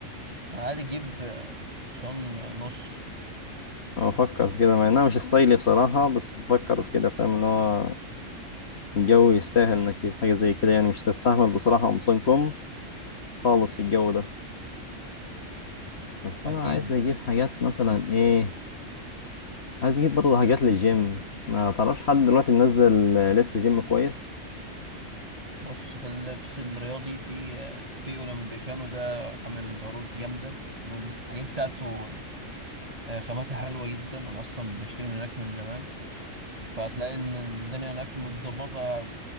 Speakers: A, on the right (about 30°); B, on the left (about 55°).
A: يعني عادي جيب آه، قمصان نص
B: أنا بفكر في كده مع انها مش ستايلي بصراحة بس بفكر في كده فاهم اللي هو الجو يستاهل انك تجيب حاجة زي كده يعني مش تستحمل بصراحة قمصان كم خالص في الجو ده بس
A: أكيد
B: انا عايز اجيب حاجات مثلا ايه عايز اجيب برضه حاجات للجيم ما تعرفش حد دلوقتي منزل لبس جيم كويس
A: بص في اللبس الرياضي في آه، في أولمبيكانو ده عامل عروض جامدة والحاجات بتاعته آه، خاماتها حلوة جدا أنا أصلا بشتري من هناك من زمان فهتلاقي إن الدنيا هناك متظبطة